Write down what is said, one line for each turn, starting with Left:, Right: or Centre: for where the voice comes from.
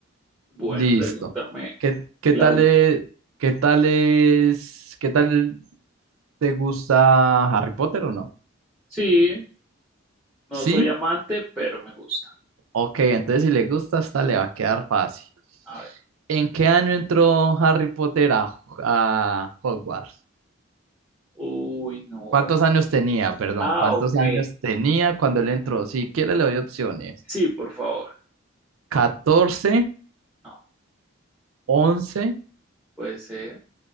Centre: Bueno,
Right: Listo.
Centre: pregúntame
Right: ¿Qué, qué
Centre: la
Right: tal
Centre: última.
Right: es, qué tal es, qué tal te gusta Harry Potter o no?
Centre: Sí, no
Right: ¿Sí?
Centre: soy amante, pero me gusta.
Right: Ok, entonces si le gusta, esta le va a quedar fácil.
Centre: A ver.
Right: ¿En qué año entró Harry Potter a, a Hogwarts?
Centre: Uy, no.
Right: ¿Cuántos años tenía? Perdón,
Centre: Ah,
Right: ¿cuántos
Centre: ok.
Right: años tenía cuando él entró? Si quiere le doy opciones.
Centre: Sí, por favor.
Right: Catorce,
Centre: No,
Right: once,
Centre: puede ser.